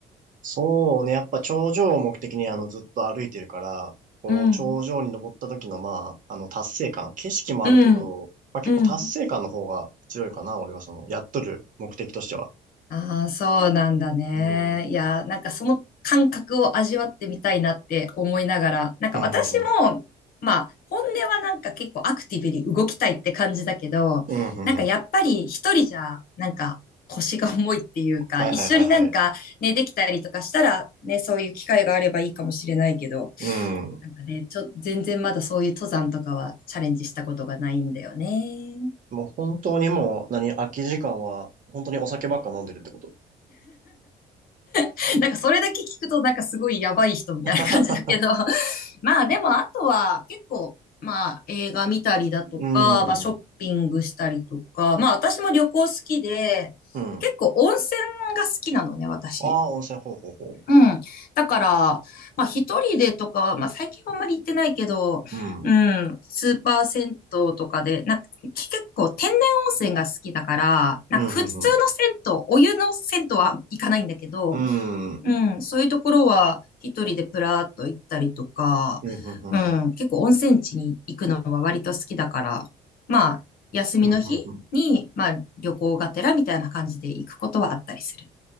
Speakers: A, on the right; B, on the left.
A: そうね。やっぱ頂上を目的にあのずっと歩いてるから、こう、
B: うん。
A: 頂上に登った時のまあ、あの達成感、景色もあるけど、
B: うん。
A: まあ結構達成感の方が強いかな。
B: うん。
A: 俺はその、やっとる目的としては。
B: ああ、そうなんだね。
A: うん。うん、
B: いや、なんかその感覚を味わってみたいなって思いながら、なんか私も、
A: うん、うん。
B: まあ、本音はなんか結構アクティブに動きたいって感じだけど、
A: うん、うん、
B: なんかやっぱり一人じゃ、
A: うん。
B: なんか腰が重いっていうか、
A: はいはいはいはい。
B: 一緒になんかね、できたりとかしたら、ね、そういう機会があればいいかもしれないけど、
A: うん。
B: なんかね、ちょ、全然まだそういう登山とかはチャレンジしたことがないんだよね。
A: もう本当にもう、何、空き時間は、本当にお酒ばっか飲んでるってこと。
B: <laughs> なんかそれだけ聞くとなんかすごいやばい人みたいな感じだけど、
A: <laughs>
B: <laughs> まあでもあとは結構、まあ映画見たりだとか、
A: うん。
B: まあショッピングしたりとか、まあ私も旅行好きで、
A: うん。
B: 結構温泉が好きなのね、私。
A: ああ、温泉、ほうほうほ
B: うん。だから、まあ一人でとかは、まあ最近はあんまり行ってないけど、
A: う。うん。
B: うん、スーパー銭湯とかで、なんか結構天然温泉が好きだから、なんか普通の銭湯、
A: うん、うん、
B: お湯の銭湯は行かないんだけど、
A: うん。うん。うん、
B: うん、そういうところは一人でプラーっと行ったりとか、
A: うん、うん、
B: うん、
A: うん。
B: 結構温泉地に行くのは割と好きだから、まあ、休みの日に、
A: うんうんうん
B: まあ、旅行がてらみたいな感じで行くことはあったりする。